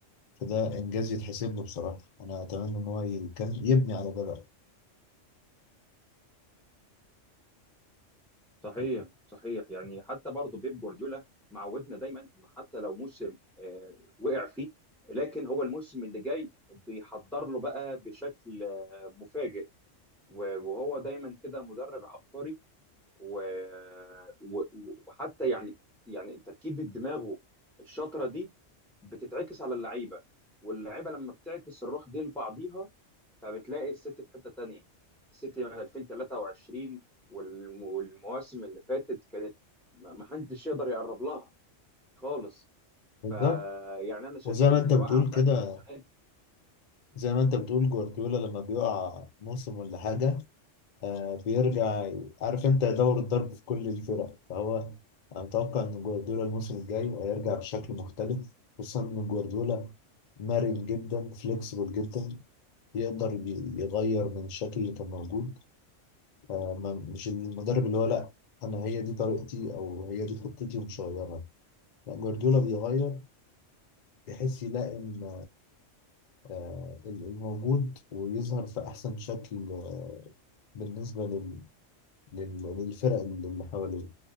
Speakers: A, on the left; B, in the centre.
A: فده إنجاز يتحسب له بصراحة أنا أتمنى إن هو يكمل- يبني على ده بقى
B: صحيح صحيح يعني حتى برضه بيب جوارديولا معودنا دايما انه حتى لو موسم آه، وقع فيه لكن هو الموسم اللي جاي بيحضر له بقى بشكل آه، مفاجئ و- وهو دايما كده مدرب عبقري و... و... وحتى يعني يعني تركيبة دماغه الشاطرة دي بتتعكس على اللعيبة واللعيبة لما بتعكس الروح دي لبعضيها فبتلاقي السيتي في حتة تانية السيتي من 2023 والم... والمواسم اللي فاتت كانت ما ما حدش يقدر يقرب لها خالص
A: بالظبط
B: فيعني انا شايف
A: وزي
B: ان
A: ما انت
B: الوقعة
A: بتقول
B: بتاعتهم
A: كده
B: السنة
A: زي ما انت بتقول جوارديولا لما بيقع موسم ولا حاجة آه بيرجع عارف انت يدور الضرب في كل الفرق فهو انا متوقع ان جوارديولا الموسم الجاي هيرجع بشكل مختلف خصوصا ان جوارديولا مرن جدا فليكسبل جدا يقدر ي- يغير من الشكل اللي كان موجود آه ما- مش المدرب اللي هو لا انا هي دي طريقتي او هي دي خطتي ومش هغيرها لا جوارديولا بيغير بحيث يلائم آه، الموجود ويظهر في أحسن شكل آه، بالنسبة لل... لل... للفرق اللي حواليه